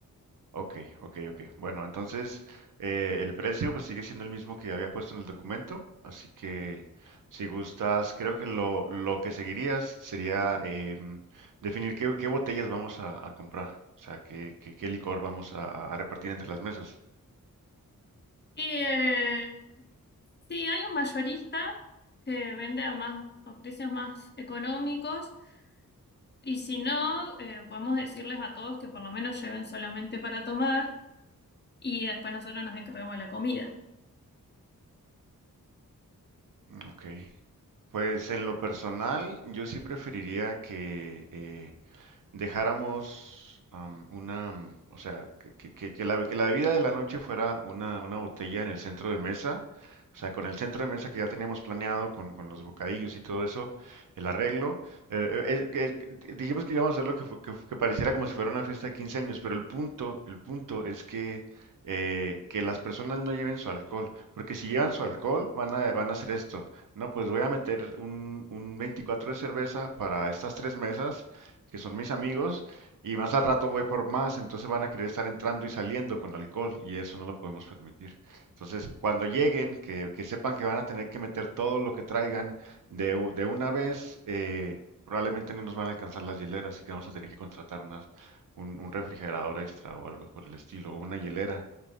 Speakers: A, on the right; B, on the left.
A: Ok, ok, ok. Bueno, entonces eh, el precio pues sigue siendo el mismo que había puesto en el documento, así que si gustas, creo que lo, lo que seguirías sería em, definir qué, qué botellas vamos a, a comprar, o sea, qué, qué- qué licor vamos a, a repartir entre las mesas.
B: Y eh, sí, hay un mayorista que vende a más a precios más económicos y si no, eh, podemos decirles a todos que por lo menos lleven solamente para tomar y después nosotros nos encargamos de la comida.
A: Ok. Pues en lo personal, yo sí preferiría que, eh, dejáramos am, una, mm, o sea, que, que- que- la, que la bebida de la noche fuera una, una botella en el centro de mesa, o sea, con el centro de mesa que ya teníamos planeado, con, con los bocadillos y todo eso, el arreglo. eh, eh, eh, que- dijimos que íbamos a hacer lo que, fu- que, fu- que pareciera como si fuera una fiesta de 15 años, pero el punto, el punto es que, eh, que las personas no lleven su alcohol, porque si llevan su alcohol van a, van a hacer esto. No, pues voy a meter un, un 24 de cerveza para estas tres mesas que son mis amigos, y más al rato voy por más, entonces van a querer estar entrando y saliendo con alcohol, y eso no lo podemos permitir. Entonces, cuando lleguen, que, que sepan que van a tener que meter todo lo que traigan de, u- de una vez, eh, probablemente no nos van a alcanzar las hieleras, así que vamos a tener que contratar unas, un, un refrigerador extra o algo por el estilo, o una hielera,